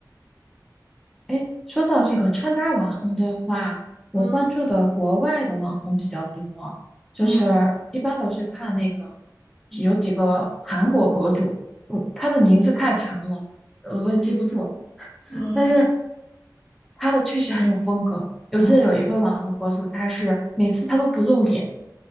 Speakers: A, in the centre; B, on the left.
A: 哎，说到这个穿搭网红的话，我关注的国外的网红比较多，
B: 嗯
A: 就是一般都是看那个
B: 嗯
A: 有几个韩国博主，嗯，他的名字太长了，呃我也记不住。
B: 嗯，
A: 但是他的确实很有风格。我记得有一个网红博主，
B: 哦
A: 他是每次他都不露脸，